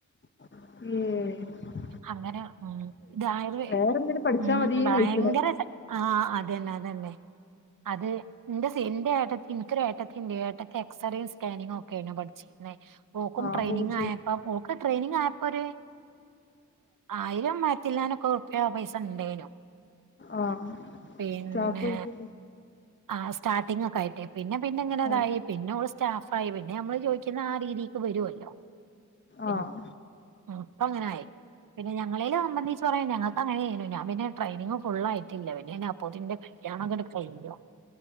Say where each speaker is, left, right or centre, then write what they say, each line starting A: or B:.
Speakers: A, on the left; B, on the right.
A: മ്മ്
B: അങ്ങനെ മ്മ് ഇതായുർവേദ
A: വേറെന്തേലും പഠിച്ചാ
B: മ്മ്
A: മതീന്ന്
B: ഭയങ്കര
A: വെയ്ക്കണ്
B: ആ അതന്നെ അതന്നെ അത് എന്റെ ഏട്ടത്തി എനിക്കൊരു ഏ ഏട്ടത്തി എക്സ്റേയും സ്കാനിംഗും ഒക്കെയാണ് പഠിച്ചിരിക്കുന്നത് ഓല്ക്കും
A: ആഹ്
B: ട്രെയിനിംഗ്
A: ഊട്ടി
B: ആയപ്പോൾ ഓക്ക് ട്രെയിനിങ് ആയപ്പോ ഒരു ആയിരം ആയിരത്തില്വാനം ഉറുപ്യ പൈസ ഉണ്ടേനു
A: ആഹ്
B: പിന്നെ
A: സ്റ്റാഫ് ആയിട്ട്
B: ആ സ്റ്റാർട്ടിംഗൊക്കെ ആയിട്ടേ പിന്നെ പിന്നെ ഇങ്ങനെ അതായി
A: ആഹ്
B: പിന്നെ ഇങ്ങനെ സ്റ്റാഫ് ആയി പിന്നെ നമ്മള് ചോദിക്കുന്ന ആ രീതിക്ക് വരുവല്ലോ പിന്നെ
A: ആഹ്
B: ഇപ്പ അങ്ങനെയായി പിന്നെ ഞങ്ങളെല് സംബന്ധിച്ച് പറ ഞങ്ങ അങ്ങനെ ഞാൻ പിന്നെ ട്രെയിനിങ് ഫുൾ ആയിട്ടില്ല പിന്നെ ഞാൻ അപ്പോതിന്റെ കല്യാണം അങ്ങട് കഴിഞ്ഞു